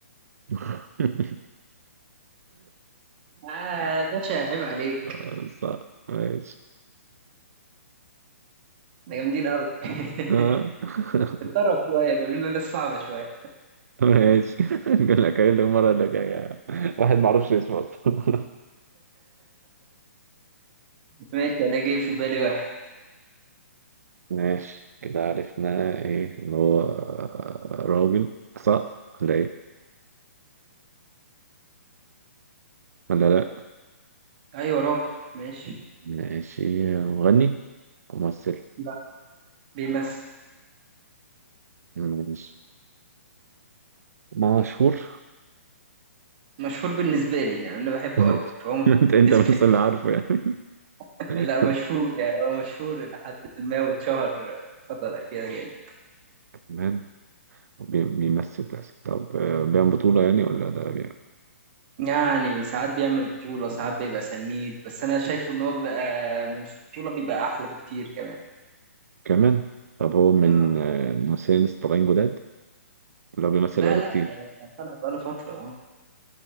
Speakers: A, on the right; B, on the right.
A: <laughs>
B: اه يا باشا عيب عليك
A: آه، صح ماشي
B: احنا جامدين قوي <laughs>
A: آه. <laughs>
B: اتدرب شويه قالوا لنا لسه صعبه شويه
A: ماشي <laughs> نقول لك اللي المرة اللي جاية واحد معرفش اسمه أصلاً.
B: ماشي انا جاي في بالي واحد
A: ماشي كده عرفنا ايه اللي هو آه، راجل صح ولا ايه ولا لا
B: ايوه راجل ماشي
A: ماشي مغني ممثل
B: لا بيمثل
A: ماشي مشهور
B: مشهور بالنسبه لي يعني انا بحبه
A: <laughs>
B: قوي فهو <laughs> مشهور
A: انت انت
B: بالنسبه
A: بس اللي عارفه يعني
B: لي <laughs>
A: <laughs>
B: لا مشهور يعني هو مشهور لحد ما واتشهر الفتره الاخيره جامد
A: كمان بي- بيمثل بس طب آه، بيعمل بطولة يعني ولا ده بيعمل
B: يعني ساعات بيعمل بطولة ساعات بيبقى سنيد بس أنا شايفه إن هو بيبقى مش بطولة بيبقى أحلى بكتير كمان
A: كمان طب هو من
B: آه.
A: آه، الممثلين اللي لسه طالعين جداد ولا هو بيمثل
B: لا
A: بقاله
B: لا
A: كتير
B: ده طلع بقاله فترة اه